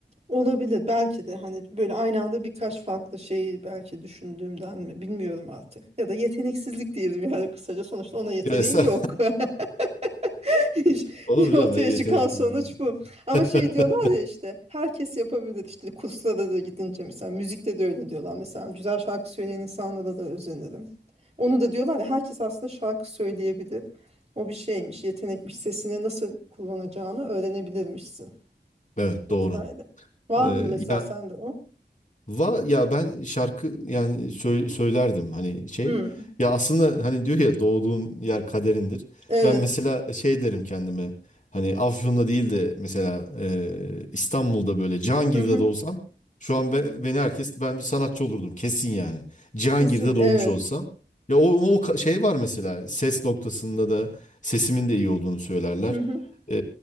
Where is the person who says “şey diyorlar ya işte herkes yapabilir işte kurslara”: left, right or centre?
Right